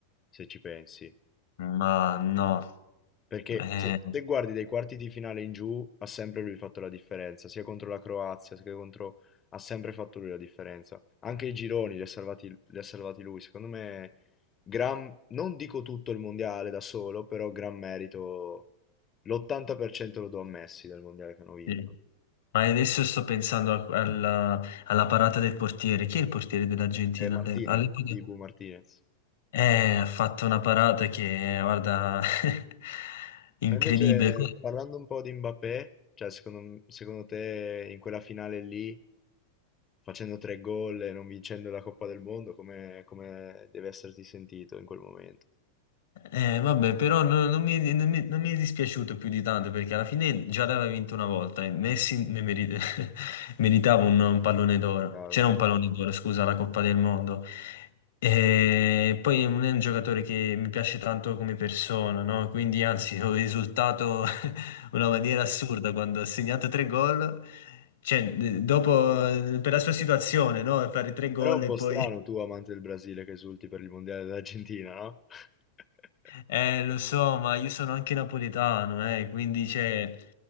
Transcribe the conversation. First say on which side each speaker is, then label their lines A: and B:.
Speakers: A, on the left (about 25°); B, on the left (about 60°).
A: se ci pensi.
B: Ma no.
A: Perché
B: Eh,
A: se, se guardi dai quarti di finale in giù, ha sempre lui fatto la differenza, sia contro la Croazia, sia contro... ha sempre fatto lui la differenza. Anche i gironi li ha salvati, li ha salvati lui. Secondo me, gran, non dico tutto il mondiale da solo, però gran merito, l'80% lo do a Messi del mondiale che hanno vinto.
B: sì. Ma adesso sto pensando a- alla, alla parata del portiere. Chi è il portiere dell'Argentina?
A: E
B: alle-
A: Martinez,
B: All'epoca
A: di Bu Martinez.
B: eh, ha fatto una parata che, guarda, <laughs> incredibile.
A: Ma invece, parlando un po' di Mbappé, cioè secondo, secondo te in quella finale lì... facendo tre gol e non vincendo la Coppa del Mondo, come, come deve esserti sentito in quel momento.
B: Eh, vabbè, però no- non, mi, non mi- non mi è dispiaciuto più di tanto perché alla fine già l'aveva vinto una volta e Messi ne merite- <laughs> meritava un, un pallone d'oro.
A: Chiaro.
B: C'era un pallone d'oro, scusa, la Coppa del Mondo. E poi non è un giocatore che mi piace tanto come persona, no? Quindi anzi, ho esultato <laughs> una maniera assurda quando ha segnato tre gol. Cioè, d- dopo, eh, per la sua situazione, no? Fare tre gol
A: Però è un po'
B: e poi
A: strano tu, amante del Brasile, che esulti per il Mondiale dell'Argentina, no? <laughs>
B: Eh, lo so, ma io sono anche napoletano, eh, quindi c'è